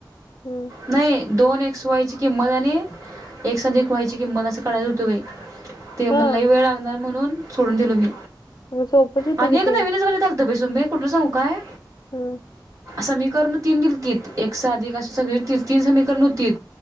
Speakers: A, on the left; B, on the right.
A: हम्म
B: नाही दोन एक्स, वायची किंमत आणि एक्स अधिक वायची किंमत असं काढायच हुतं बाई. ते म
A: हा
B: लई वेळ लागणार म्हणून सोडून दिलो मी
A: मग सोपंच होतं
B: आणि
A: कि
B: एक
A: ते.
B: नवीनच गणित आल त बे सुनमे कुठं ल सांगू काय?
A: हम्म
B: समीकरण तीन दिलतीत, एक्स आधिक अशी सगळे तीन समीकरण हुतीत.